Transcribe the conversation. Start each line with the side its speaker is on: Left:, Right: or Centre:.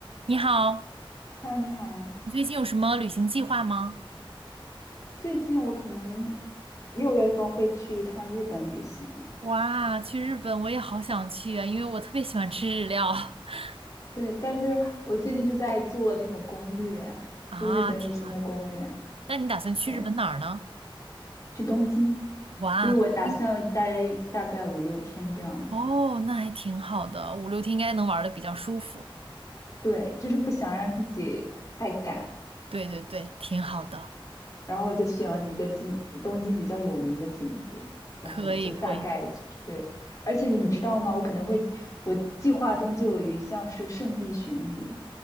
Right: 你好，
Left: Hello，你好呀。
Right: 你最近有什么旅行计划吗？
Left: 最近我可能六月份会去一趟日本旅行。
Right: 哇，去日本我也好想去啊，因为我特别喜欢吃日料 <laughs>
Left: 对，但是我最近就在做这种攻略，
Right: 啊，
Left: 就日本旅行的攻略。
Right: 挺好的。那你打算去日本哪儿呢？
Left: 对，去东京，
Right: 哇，
Left: 就是我打算待大概五六天这样子。
Right: 东京。哦，那还挺好的，五六天应该能玩的比较舒服。
Left: 对，就是不想让自己太赶，
Right: 对对对，挺好的，
Left: 然后就选了几个景，东京比较有名的景点，然后就大概就是对。
Right: 可以可以。
Left: 而且你知道吗？我可能会，我计划中就有一项是圣地巡礼。